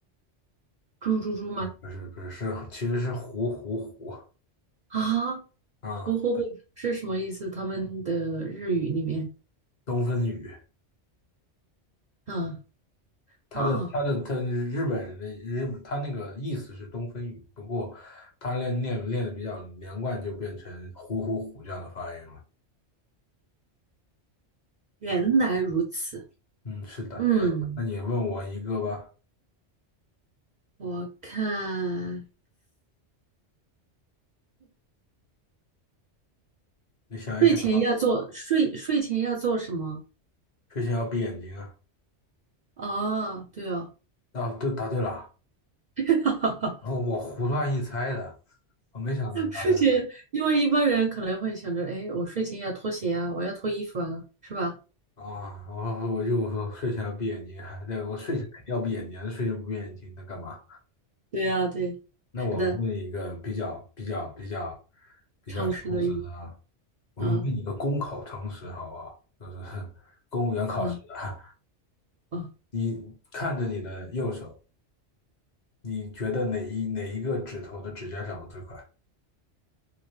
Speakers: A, on the right; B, on the left.
A: 猪猪猪吗？
B: 不是不是是其实是胡胡胡
A: 啊，
B: 啊，
A: 呼呼呼是什么意思？他们的日语里面
B: 东风雨。
A: 啊
B: 他的他的他，
A: 啊，
B: 日本人的日他那个意思是东风雨，不过他练练练的比较连贯，就变成虎虎虎这样的发音了。
A: 原来如此。
B: 嗯，是的。
A: 嗯，
B: 那你问我一个吧，
A: 我看
B: 你想一想，
A: 睡前要做睡睡前要做什么？
B: 睡前要闭眼睛啊？
A: 啊，对哦，
B: 啊，对，答对了。
A: <laughs>
B: 哦，我胡乱一猜的，我没想到能答对的
A: 睡前，因为一般人可能会想着，哎，我睡前要脱鞋啊，我要脱衣服啊，是吧？
B: 啊！我我就说睡前要闭眼睛啊，对，我睡前肯定要闭眼睛，睡前不闭眼睛那干嘛？
A: 对啊，对，
B: 那我问一个比较比较比较
A: 是的，
B: 比较诚实的啊，
A: 常识的意思
B: 我给你问一个公考诚实好不好？
A: 啊
B: 就是 <laughs> 公务员考试的啊，
A: 啊啊
B: 你看着你的右手，你觉得哪一哪一个指头的指甲长得最快？